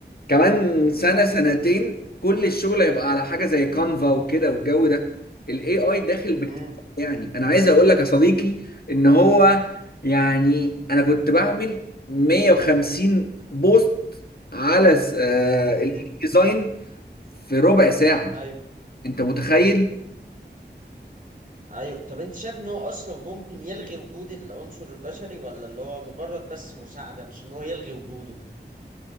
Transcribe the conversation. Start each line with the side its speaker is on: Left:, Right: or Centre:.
Left: كمان سنة سنتين كل الشغل هيبقى على حاجة زي كانفا وكده والجو ده ال AI داخل باكتساح
Right: امم
Left: يعني أنا عايز أقول لك يا صديقي إن هو يعني أنا كنت بعمل 150 بوست على ال
Right: امم
Left: ديزاين في ربع ساعة
Right: ايوه
Left: أنت متخيل؟
Right: ايوه طب انت شايف ان هو اصلا ممكن يلغي وجود العنصر البشري ولا اللي هو مجرد بس مساعدة مش ان هو يلغي وجوده